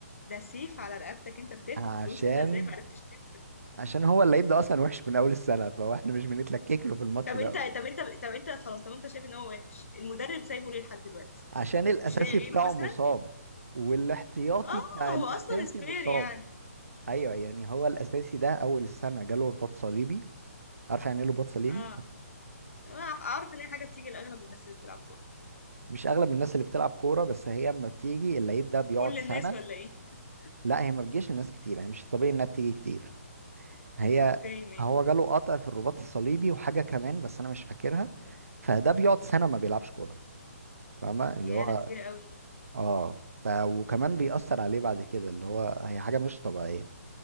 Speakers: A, on the left; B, on the right.
A: ده سيف على رقبتك انت بتاخد
B: عشان
A: فلوس انت ازاي ما عرفتش تكسب
B: عشان هو اللي يبدأ أصلا وحش من أول السنة فهو احنا مش بنتلكك له في الماتش
A: طب
B: ده
A: انت طب انت طب انت خلاص طب انت شايف ان هو وحش المدرب سايبه ليه لحد دلوقتي
B: عشان الأساسي
A: مش لاقي غيره
B: بتاعه
A: مثلا
B: مصاب والاحتياطي
A: اه
B: بتاع الأساسي
A: هو اصلا سبير
B: مصاب
A: يعني
B: أيوه يعني هو الأساسي ده أول السنة جاله رباط صليبي عارف يعني ايه رباط صليبي؟
A: اه أنا اعرف ان هي حاجه بتيجي لاغلب الناس اللي بتلعب كوره
B: مش أغلب الناس اللي بتلعب كورة بس هي أما بتيجي اللعيب ده بيقعد
A: كل الناس
B: سنة
A: ولا ايه <laughs>
B: لا هي ما بتجيش لناس كتير يعني مش الطبيعي إنها بتيجي كتير هي
A: اوكي ماشي
B: هو جاله قطع في الرباط الصليبي وحاجة كمان بس أنا مش فاكرها فده بيقعد سنة ما بيلعبش كورة فاهمة اللي
A: يا
B: هو
A: ده كتير قوي
B: اه ف وكمان بيأثر عليه بعد كده اللي هو هي حاجة مش طبيعية